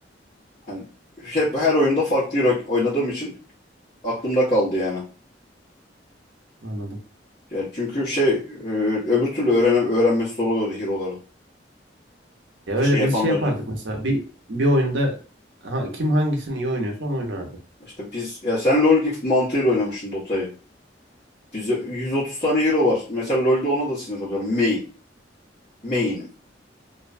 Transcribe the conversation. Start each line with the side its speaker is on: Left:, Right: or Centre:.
Left: Hani hep her oyunda farklı hero oynadığım için aklımda kaldı yani.
Right: anladım.
Left: Yani çünkü şey e, öbür türlü öğren öğrenmesi zor oluyordu hero'ları.
Right: Ya öyle
Left: Şey yapamıyordun.
Right: biz şey yapardık mesela bir bir oyunda ha, kim hangisini iyi oynuyorsa onu oynardı.
Left: İşte biz ya sen LoL gibi mantığıyla oynamışsın Dota'yı. Bize 130 tane hero var. Mesela LoL'de ona da sinir oluyorum. Main. Main'im.